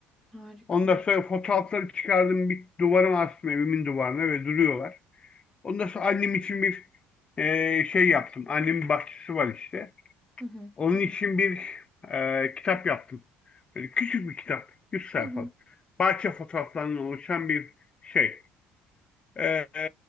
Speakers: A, in the centre; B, on the left (about 25°).
A: Harika.
B: Ondan sonra fotoğrafları çıkardım bir duvara astım evimin duvarına ve duruyorlar. Ondan sonra annem için bir e, şey yaptım. Annemin bahçesi var işte.
A: Hı hı.
B: Onun için bir e, kitap yaptım. Böyle küçük bir kitap. 100 sayfalık.
A: Hı hı.
B: Bahçe fotoğraflarından oluşan bir şey. Ee, e,